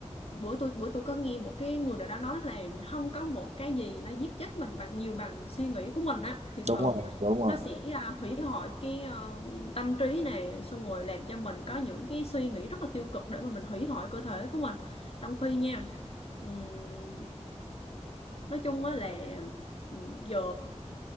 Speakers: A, on the left (about 55°); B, on the right (about 65°).
A: bữa tôi bữa tôi có nghe một cái người nào đó nói là không có một cái gì nó giết chết mình bằng nhiều bằng suy nghĩ của mình á thiệt
B: đúng
A: sự
B: rồi, đúng rồi,
A: nó sẽ à, hủy hoại cái ờ, tâm trí này xong rồi làm cho mình có những cái suy nghĩ rất là tiêu cực để mà mình hủy hoại cơ thể của mình trong khi nha ừm, nói chung á là ừm, giờ